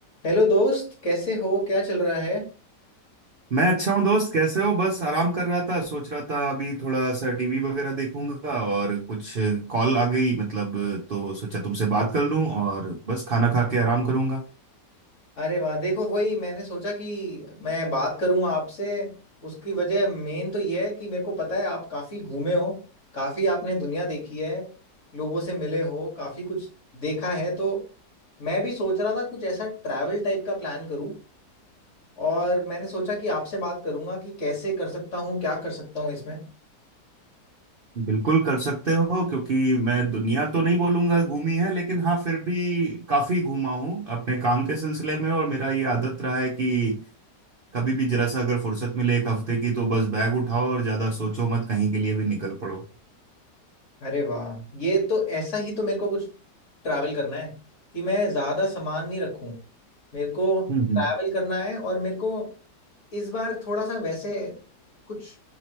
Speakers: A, on the left (about 45°); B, on the right (about 80°).
A: Hello दोस्त कैसे हो क्या चल रहा है
B: मैं अच्छा हूँ दोस्त कैसे हो बस आराम कर रहा था सोच रहा था अभी थोड़ा सा टीवी वगैरह देखूंगा और कुछ कॉल आ गई मतलब तो सोचा तुमसे बात कर लूं और बस खाना खा के आराम करूंगा
A: अरे वाह देखो वही मैंने सोचा कि मैं बात करूंगा आपसे उसकी वजह मेन तो ये है कि मेरे को पता है आप काफी घूमे हो काफी आपने दुनिया देखी है लोगों से मिले हो काफी कुछ देखा है तो मैं भी सोच रहा था कुछ ऐसा ट्रैवल टाइप का प्लान करूं और मैंने सोचा कि आपसे बात करूंगा कि कैसे कर सकता हूँ क्या कर सकता हूँ इसमें
B: बिल्कुल कर सकते हो क्योंकि मैं दुनिया तो नहीं बोलूंगा घूमी है लेकिन हाँ फिर भी काफी घूमा हूँ अपने काम के सिलसिले में और मेरा ये आदत रहा है कि कभी भी जरा सा अगर फुर्सत मिले एक हफ्ते की तो बस बैग उठाओ और ज्यादा सोचो मत कहीं के लिए भी निकल पड़ो
A: अरे वाह ये तो ऐसा ही तो मेरे को कुछ ट्रैवल करना है कि मैं ज़्यादा सामान नहीं रखूं मेरे को
B: हम्म हम्म
A: ट्रैवल करना है और मेरे को इस बार थोड़ा सा वैसे कुछ